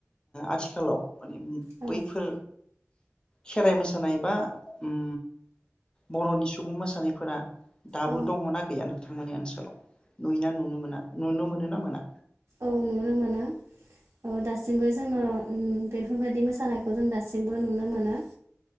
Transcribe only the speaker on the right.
औ
औ
औ नुनो मोनो। ओ दासिमबो जोङो ओ बेफोरबायदि मोसानायखौ जों दासिमबो नुनो मोनो